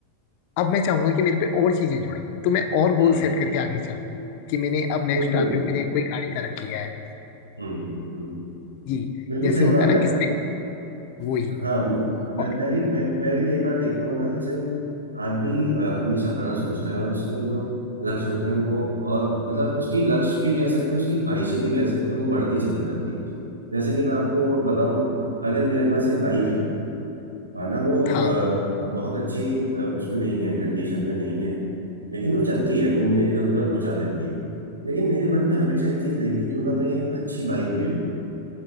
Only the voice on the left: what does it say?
अब मैं चाहूंगा कि मेरे पे और चीजें जुड़े तो मैं और गोल
सेट करके आगे चल रहा हूं कि मैंने अब नेक्स्ट
टारगेट मैंने कोई गाड़ी का रख लिया है
ये
जैसे
होता
है ना
किसी पे, वो ही
और
था